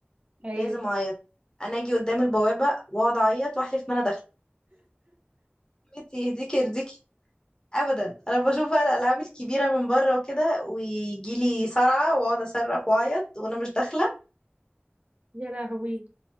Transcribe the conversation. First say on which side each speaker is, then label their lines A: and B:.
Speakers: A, on the right (about 35°); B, on the left (about 20°).
A: <laughs> ايوه
B: لازم اعيط انا اجي قدام البوابة واقعد اعيط واحلف ما انا داخلة <laughs> انتي يهديكي يرضيكي ابدا انا بشوف بقى الالعاب الكبيره من بره وكده ويجي لي صرعه واقعد اصرخ واعيط وانا مش داخله
A: يا لهوي